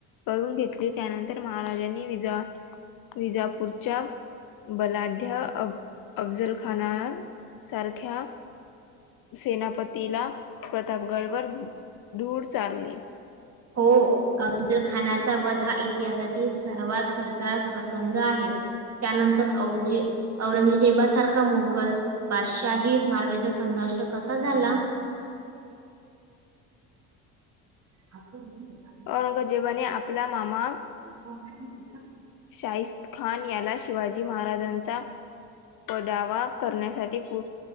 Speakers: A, on the left (about 50°); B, on the right (about 35°).
A: करून घेतली त्यानंतर महाराजांनी विजा विजापूरच्या बलाढ्या अ अफझलखान खना सारख्या सेनापती तिला प्रतापगड वर धूर चारली
B: हो अफजल खानाचा वध हा इतिहासातील सर्वात थरचा प्रसंग आहे. त्यानंतर अवचे औरंगजेबासारखा मुघल बादशाही महाराजांचा संघर्ष कसा झाला. ह
A: औरंगजेबाने आपला मामा
B: हो
A: शाहिस्तेखान याला शिवाजी महाराजांचा पडावा करण्यासाठी. उ